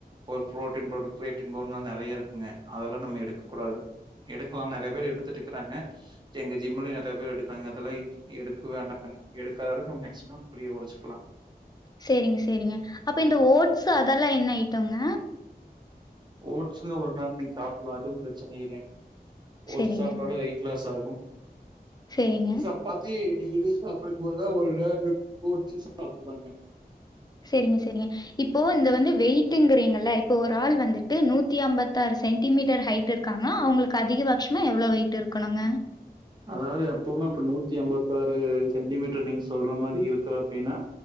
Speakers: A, on the right (about 25°); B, on the left (about 25°).
A: ஒரு புரோட்டன் பவுடர் கிரேட் பௌவ்னா நெறைய இருக்குங்க அதெல்லா நம்ம எடுக்க கூடாது எடுக்கலா நெறைய பேர் எடுத்துட்டு இருக்கிறாங்க எங்க ஜிம்முலையு நெறைய பேர் எடுக்குறாங்க அதெல்லா எடுக்க வேண்டாங்க எடுக்காத அளவுக்கு மேக்சிமம் இப்டியே கொறச்சிக்லா
B: செரிங்க செரிங்க அப்ப இந்த ஓட்ஸ் அதெல்லா என்ன ஐட்டோங்க
A: ஓட்ஸ்சுல ஒரு நேரோ நீங்க சாப்லா அதுவு பிரச்சன இல்லைங்க ஓட்ஸ்
B: சேரிங்க,
A: சாப்பிட்டாலு வெய்ட் ட்லாஸ் ஆகு
B: சேரிங்க.
A: சப்பாத்தி டெய்லியு சாப் <unintelligible>
B: செரிங்க செரிங்க இப்போ இந்த வந்து வெய்ட்டுங்கிறீங்கள இப்போ ஒரு ஆள் வந்துட்டு நூத்தி ஐம்பத்தாறு சென்டிமீட்டர் ஹைட் டு இருக்காங்க அவங்களுக்கு அதிகபட்சமா எவ்ளோ வெயிட் இருக்கணுங்
A: அதாவது எப்பவுமே இப்டி நூத்தி ஐம்பத்தாறு சென்டிமீட்டர் நீங்க சொல்ற மாரி இருக்கு அப்டின்னா